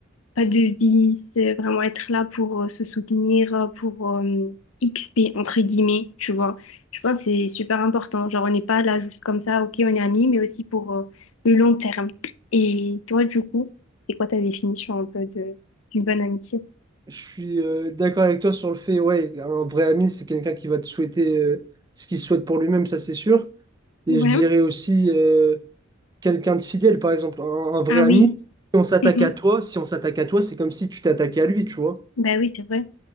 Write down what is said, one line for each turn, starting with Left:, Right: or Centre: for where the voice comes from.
Left: pas de vie, c'est vraiment être là pour euh, se soutenir, euh, pour euh, XP, entre guillemets, tu vois. Je pense que c'est super important. Genre, on n'est pas là juste comme ça, ok, on est amis, mais aussi pour euh, le long terme. Et toi, du coup, c'est quoi ta définition un peu de, d'une bonne amitié?
Right: Je suis euh, d'accord avec toi sur le fait, ouais, un vrai ami, c'est quelqu'un qui va te souhaiter euh, ce qu'il souhaite pour lui-même, ça c'est sûr. Et
Left: Ouais.
Right: je dirais aussi euh, quelqu'un de fidèle, par exemple, un, un vrai
Left: Ah
Right: ami.
Left: oui.
Right: Si on s'attaque
Left: Mhm.
Right: à toi, si on s'attaque à toi, c'est comme si tu t'attaquais à lui, tu vois.
Left: Bah oui, c'est vrai.